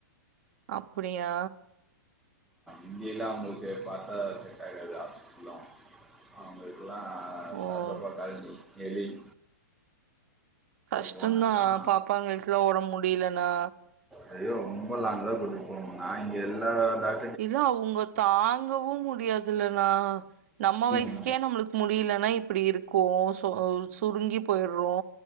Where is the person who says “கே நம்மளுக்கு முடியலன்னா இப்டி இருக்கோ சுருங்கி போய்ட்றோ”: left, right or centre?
Right